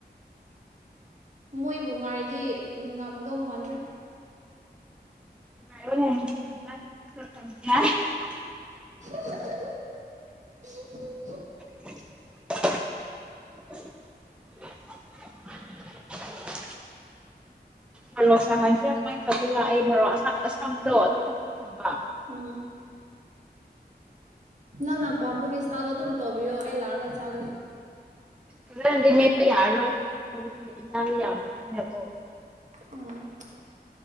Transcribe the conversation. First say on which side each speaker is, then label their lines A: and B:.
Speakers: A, on the right; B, in the centre.
A: ꯃꯣꯏꯕꯨ ꯉꯥꯏꯔꯗꯤ ꯎꯝ ꯉꯝꯃꯨꯗꯧ ꯃꯥꯟꯗ꯭ꯔꯦ
B: ꯉꯥꯢꯕ ꯉꯝ ꯅꯪ ꯈꯥꯔ ꯀꯪꯡꯉꯤ ꯍꯥꯢ ꯑꯍꯥ ꯍꯥ
A: ꯍꯝ ꯍꯝ ꯍꯝ ꯍꯝ ꯑ ꯍꯝ ꯍꯝ
B: <inaudible> ꯃꯔꯣꯛ ꯁꯥꯍꯟꯁꯦ ꯀꯃꯥꯏꯅ ꯇꯧꯕꯤꯔ ꯑꯩ ꯃꯔꯣꯛ ꯑꯁ ꯑꯁꯥꯡꯕꯗꯣ ꯑꯗꯨꯝ ꯈꯛꯇꯗꯤ ꯊꯝꯕ
A: ꯎꯝ ꯅ ꯅ ꯄꯥꯝꯕꯒꯤ ꯏꯁꯇꯥꯥꯏꯜꯗ ꯑꯗꯨꯝ ꯇꯧꯕꯤꯌꯣ ꯑꯩ ꯂꯥꯛꯑꯒ ꯆꯪꯉꯦ
B: ꯐꯖꯅꯗꯤ ꯃꯦꯠꯄ ꯌꯥꯔꯔꯣꯏ ꯍꯥꯏꯕꯗꯤ ꯌꯦꯟꯁꯥꯡ ꯌꯥꯝꯗꯕꯅꯤꯅ ꯀꯣ
A: ꯎꯝ